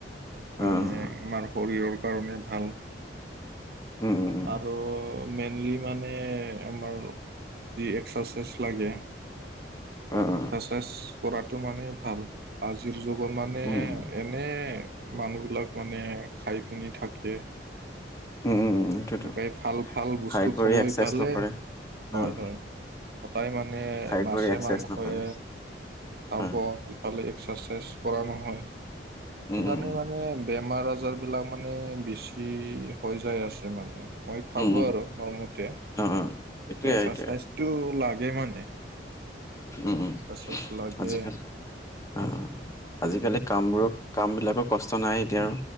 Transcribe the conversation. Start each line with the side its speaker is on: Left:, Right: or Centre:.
Right: মানে
Left: অ',
Right: আমাৰ শৰীৰৰ কাৰণে ভাল।
Left: উম, উম, উম,
Right: আৰু মেইনলি মানে, আমাৰ যি এক্সাৰচাইজ লাগে,
Left: অ', অ',
Right: এক্সাৰচাইজ কৰাতটো মানে ভাল। আজিৰ যুগত মানে
Left: উম, উম,
Right: এনে মানুহ বিলাক মানে, খাই পিনি থাকে।
Left: উম, উম, উম, সেইটোৱেতো।
Right: এনেকাই, ভাল ভাল বস্তু
Left: খাই কৰি
Right: খাব
Left: এক্সাৰচাইজ
Right: ইফালে।
Left: নকৰে,
Right: হয়,
Left: অ',
Right: হয়, সদায় মানে
Left: খাই
Right: মাছে,
Left: কৰি এক্সাৰচাইজ
Right: মাংসই।
Left: নকৰে,
Right: খাব
Left: হয়,
Right: ইফালে এক্সাৰচাইজ কৰা নহয়,
Left: উম,
Right: সেইকাৰণে
Left: উম,
Right: মানে বেমাৰ-আজাৰ সেইবিলাক মানে, বেছি হৈ যায় আছে মানে, মই ভাবো
Left: উম,
Right: আৰু মোৰমতে।
Left: উম, উম, এইটোৱে,
Right: এক্সাৰচাইজতটো
Left: এইটোৱে,
Right: ও, লাগে মানে।
Left: উম,
Right: এক্সাৰচাইজ লাগে
Left: আজিকালি। উম, আজিকালি কামবোৰক কাম বিলাকৰ কষ্ট নাই এতিয়া আৰু।